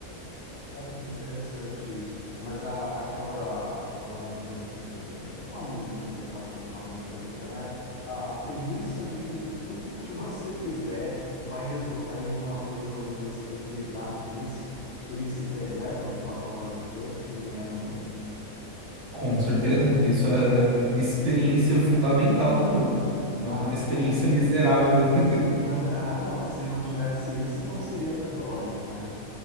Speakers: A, on the left (about 60°); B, on the right (about 60°).
A: Cara, que interessante isso. Mas a, aquela, aquela mecânica de. Não é um- exatamente uma mecânica, né? A, a premissa de que tudo que você <laughs> fizer vai resultar em alguma coisa ruim, você tem que lidar com isso. Ele se preserva no Pathologic dois que nem é no um
B: Com certeza, isso é experiência fundamental do jogo.
A: Hum,
B: É
A: Ah,
B: uma experiência
A: que bom.
B: miserável.
A: <laughs>
B: <laughs>
A: Ah, não, se não tivesse isso, não seria Pathologic, né?